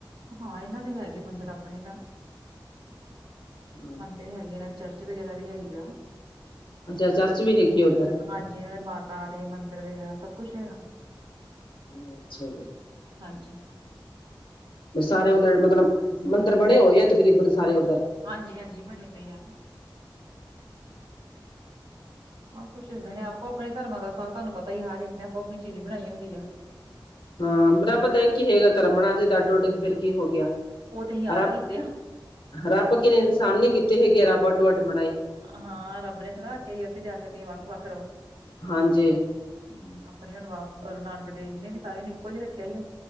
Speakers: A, on the right (about 80°); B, on the left (about 75°).
A: ਹਾਂ, ਇਹਨਾਂ ਦੇ ਹੈਗੇ ਮੰਦਿਰ ਆਪਣੇ ਨਾ।
B: ਹਮ,
A: ਮੰਦਿਰ ਹੈਗੇ ਇਹਨਾਂ, ਦੇ ਚਰਚ ਵਗੈਰਾ ਵੀ ਹੈਗੀ ਆ।
B: ਅੱਛਾ, ਚਰਚ ਵੀ ਹੈਗੀ ਆ ਉੱਧਰ।
A: ਹਾਂਜੀ, ਇਹਨਾਂ ਦੇ ਮਾਤਾ ਦੇ ਮੰਦਿਰ ਵਗੈਰਾ ਸਭ ਕੁਛ ਹੈਗਾ।
B: ਹਮ, ਅੱਛਾ ਜੀ।
A: ਹਾਂਜੀ,
B: ਸਾਰੇ ਉੱਧਰ, ਮਤਲਬ ਮੰਦਿਰ ਬਣੇ ਹੋਏ ਆ, ਤਕਰੀਬਨ ਸਾਰੇ ਉੱਧਰ
A: ਹਾਂਜੀ-ਹਾਂਜੀ ਬਣੇ ਪਏ ਆ। ਸਭ ਕੁੱਛ ਏਹਨਾਂ ਨੇ ਆਪੋ ਆਪਣੇ ਧਰਮਾਂ ਦਾ ਸਭ ਤੁਹਾਨੂੰ ਪਤਾ ਈ ਐ ਹਰ ਇੱਕ ਨੇ ਆਪੋ ਆਪਣੀ ਚੀਜ਼ ਬਣਾਈ ਹੁੰਦੀ ਆ।
B: ਹਾਂ ਰੱਬ ਤਾ ਇਕ ਈ ਹੈਗਾ, ਧਰਮ ਬਣਾ ਤੇ ਅੱਡੋ ਅੱਡ ਤੇ ਫਿਰ ਕੀ ਹੋ ਗਿਆ,
A: ਉਹ ਤੇ ਅਸੀਂ ਆਪ
B: ਰੱਬ
A: ਹੀ ਕੀਤੇ ਆ
B: ਰੱਬ ਅੱਗੇ ਇਨਸਾਨ ਨੀ ਕੀਤੇ ਹੈਗੇ, ਰੱਬ ਅੱਡੋ- ਅੱਡ ਬਣਾਏ
A: ਹਾਂ, ਰੱਬ ਨੇ ਥੋੜ੍ਹਾ ਆਖਿਆ ਸੀ, ਉੱਥੇ ਜਾ ਕੇ, ਤੁਸੀਂ ਵੱਖ- ਵੱਖ ਰਹੋ।
B: ਹਾਂਜੀ
A: ਹਮ, ਆਪਣੇ ਅਨੁਵਾਵ, ਗੁਰੂ ਨਾਨਕ ਦੇਵ ਜੀ ਨੇ ਵੀ ਸਾਰਿਆਂ ਨੂੰ, ਇੱਕੋ ਜੇਹਾ ਰੱਖੇਆ ਸੀ।